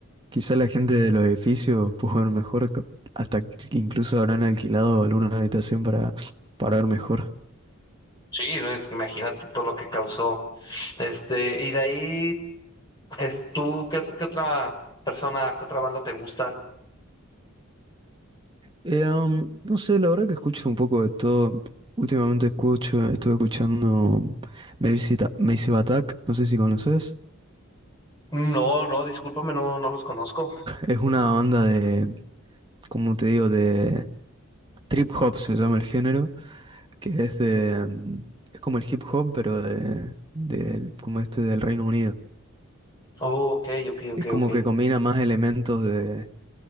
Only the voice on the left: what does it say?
Sí, no, es que imagínate todo lo que causó. Este, y de ahí, es tú, ¿qué, ot- qué otra persona, qué otra banda te gusta?
No, no, discúlpame, no, no los conozco.
Oh, ok, ok, ok,
ok.